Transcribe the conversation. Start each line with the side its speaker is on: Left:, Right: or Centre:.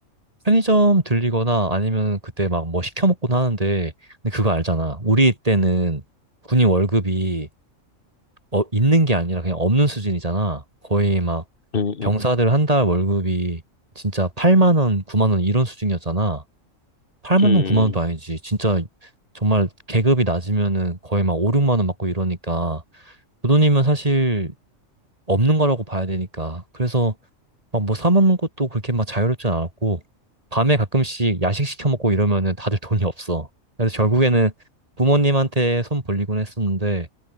Right: 편의점 들리거나 아니면 그때 막 뭐 시켜 먹곤 하는데 근데 그거 알잖아. 우리 때는 군인 월급이 어, 있는 게 아니라 그냥 없는 수준이잖아. 거의 막
Left: 음,
Right: 병사들
Left: 음,
Right: 한 달 월급이 진짜 8만 원, 9만 원 이런 수준이었잖아. 8만
Left: 음,
Right: 원, 9만 원도 아니지. 진짜 정말 계급이 낮으면은 거의 막 5, 6만 원 받고 이러니까 그 돈이면 사실 없는 거라고 봐야 되니까. 그래서 막 뭐 사 먹는 것도 그렇게 막 자유롭진 않았고 밤에 가끔씩 야식 시켜 먹고 이러면은 다들 <laughs> 돈이 없어. 그래서 결국에는 부모님한테 손 벌리곤 했었는데